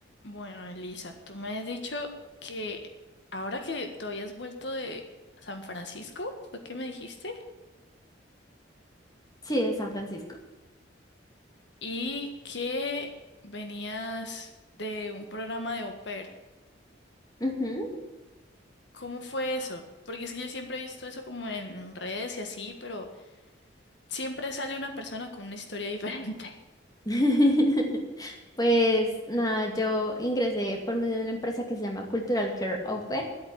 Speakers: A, on the left (about 65°); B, on the left (about 20°).
A: Bueno, Elisa, tú me has dicho que ahora que te habías vuelto de San Francisco, fue que me dijiste,
B: Sí, de San Francisco.
A: y que venías de un programa de au pair.
B: Ujú.
A: ¿Cómo fue eso? Porque es que yo siempre he visto eso como en redes y así, pero siempre sale una persona con una historia diferente. <laughs>
B: <laughs> Pues nada, yo ingresé por medio de una empresa que se llama Cultural Care Offer.